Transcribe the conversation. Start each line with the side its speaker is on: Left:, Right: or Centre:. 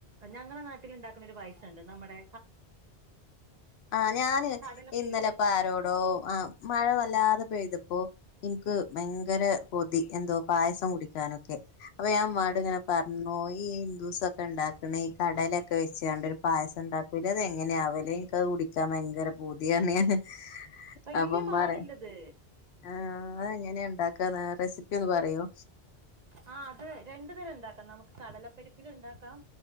Right: ഞങ്ങളെ നാട്ടിലുണ്ടാക്കണ ഒരു പായസണ്ട് നമ്മടെ
Left: ആ ഞാന്
Right: കടലപ്പരിപ്പ്
Left: ഇന്നലെ ഇപ്പ ആരോടോ ആ മഴ വല്ലാതെ പെയ്തപ്പോ എനിക്ക് ഭയങ്കരകൊതി എന്തോ പായസം കുടിക്കാനൊക്കെ അപ്പൊ ഞാൻഇമ്മാനോട് പറഞ്ഞു ഈ ഹിന്ദൂസൊക്കെ ഉണ്ടാക്ക ഈ കടലൊക്കെ വെച്ചാണ്ടൊരു പായസം ഉണ്ടാക്ക അതെങ്ങനെ ആവല് എനിക്ക് അത് കുടിക്കാൻ ഭയങ്കര പൂതിയാണ് ഹി ഹി
Right: വല്യ
Left: അപ്പമ്മ
Right: പാടില്ലത്
Left: റയ ആഹ അതെങ്ങനെയണ്ടാക്ക ഏ റെസിപ്പി ഒന്ന് പറയോ
Right: ആ അത് രണ്ടു തരം ഉണ്ടാക്കാം നമുക്ക് കടലപ്പരിപ്പിലും ഉണ്ടാക്കാം